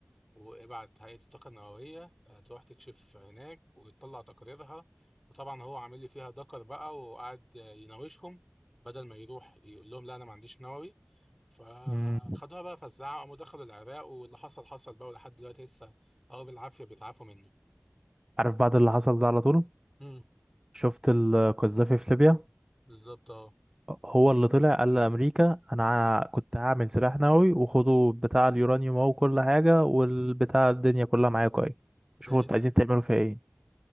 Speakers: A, in the centre; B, on the right.
A: وابعت هيئة الطاقة النووية آه، تروح تكشف هناك وتطلع تقاريرها وطبعا هو عامل لي فيها دكر بقى وقعد آه، يناوشهم بدل ما يروح يقول لهم لا انا ما عنديش نووي فخدوها
B: مم.
A: بقى فزعوا قاموا دخلوا العراق واللي حصل حصل بقى ولحد دلوقتي لسه اه بالعافية بيتعافوا منه
B: عارف بعد اللي حصل ده على طول
A: امم
B: شفت القذافي في ليبيا
A: بالظبط اه
B: هو اللي طلع قال لأمريكا أنا ع- كنت هعمل سلاح نووي وخدوا بتاع اليورانيوم أهو وكل حاجة والبتاع الدنيا كلها معاكوا أهي شوفوا
A: ده ايه
B: أنتوا
A: ده
B: عايزين تعملوا فيها إيه